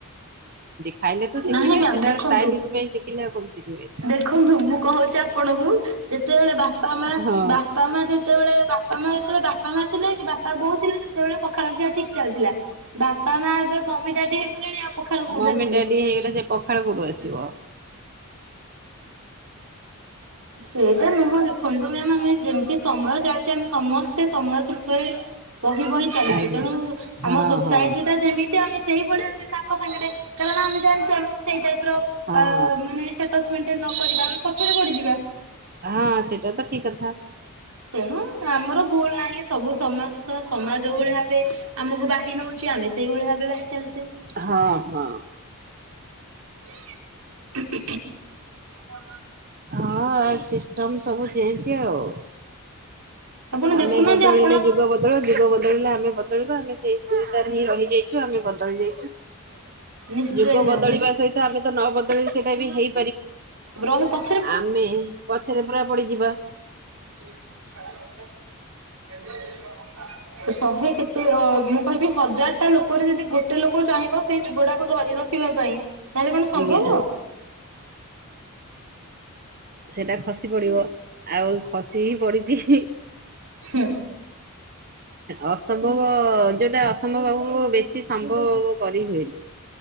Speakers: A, on the right; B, on the right.
A: ଖାଇଲେ ତ ଶିଖିବେ
B: ନହିଁ ମାମ
A: ସେଟା
B: ଦେଖନ୍ତୁ
A: ଷ୍ଟାଇଲିଶ ପାଇଁ ଶିଖିଲେ ଆଉ କୋଉଠୁ ଶିଖିବେ।
B: ଦେଖନ୍ତୁ ମୁଁ କହୁଛି ଆପଣଙ୍କୁ ଯେତେବେଳେ ବାପା ମା
A: ହଁ
B: ବାପା ମା ଯେତେବେଳେ ବାପା ମା ଯେତେବେଳେ ବାପା ମା ଥିଲେ କି ବାପା ବୋଉଥିଲେ ସେତେବେଳେ ପଖାଳଖିଆ ଠିକ ଚାଲିଥିଲା ବାପା ମା ଏବେ ମମି ଡାଡି ହେଇଗଲେଣି ଆଉ ପଖାଳ କୋଉଠୁ
A: ମମି
B: ଆସିବ।
A: ଡାଡି ହେଇଗଲେ ସେ ପଖାଳ କୋଠୁ ଆସିବ।
B: ସେଇଟା ନୁହଁ ଦେଖନ୍ତୁ ମ୍ୟାମ୍ ଆମେ ଯେମିତି ସମୟ ଚାଲିଛେ ଆମେ ସମସ୍ତେ ସମୟ ଉପରେ ବହି ବହି ଚାଲିଛି
A: ଆଜ୍ଞା
B: ତେଣୁ
A: ହଁ
B: ଆମ ସୋସାଇଟି
A: ହଁ।
B: ଟା ଯେମିତି ଆମେ ସେଇଭଳି ଆମେ ତାଙ୍କ ସାଙ୍ଗରେ କାରଣ ଆମେ ଜାଣିଛ ଆମେ ସେଇଟ ନ
A: ହଁ।
B: କରିବା ଆମେ ପଛରେ
A: ହଁ
B: ପଡିଯିବା।
A: ସେଇଟା ତ ଠିକ କଥା।
B: ତେଣୁ ଆମର ଭୁଲ ନାହିଁ ସବୁ ସମୟ ଦୂଷ ସମୟ ଯୋଉ ଭଳି ଭାବେ ଆମକୁ ବାହି ନଉଛିେ ଆମେ ସେଇଭଳି ଭାବେ ଭାଇ ଚାଲିଛେ।
A: ହଁ ହଁ।
B: <inaudible> ହଁ।
A: ହଁ ସିଷ୍ଟମ ସବୁ ଚେଞ୍ଜ ଆଉ
B: ଆପଣ
A: ଆମେ
B: ଦେଖୁନାହାନ୍ତି
A: ବଦଳିଲେ
B: ଆପଣ
A: ଯୁଗ ବଦଳିବ ଯୁଗ ବ ବଦଳିଲେ ଆମେ ବଦଳିବା ଆମେ ସେଇ ଦୁଇଟାରେ ହିଁ ରହିଯାଇଛୁ ଆମେ ବଦଳିହାଇଛ
B: ନିଶ୍ଚୟ
A: ଯୁଗ
B: ମ୍ୟାମ୍
A: ବଦଳିବା ସହିତ ଆମେ ତ ନ ବଦଳି ସେଇଟା ବି ହେଇ
B: ରହିଥାଅ
A: ଆମେ ପଛରେ ପୁରା ପଡିଯିବା।
B: <unintelligible> <unintelligible> ଶହେ କେତେ ଅ ମୁଁ କହିବି ହଜାରଟା ଲୋକରେ ଯଦି ଗୋଟେ ଲୋକ ଚାହିଁବ ସେଇଯୁଗୁଡାକ ଧରି ରଖିବା ପାଇଁ ତାହେଲେ କଣ ସମ୍ଭବ?
A: ଆଜ୍ଞା ହଁ ସେଟା ଖସି ପଡିବ ଆଉ ଖସି ହିଁ ପଡିଛି
B: ହୁଁ।
A: ଅସମ୍ଭବ ଯୋଉଟା ଅସମ୍ଭବ ହବ ବେଶୀ ସମ୍ଭବ କରି ହୁଏନି,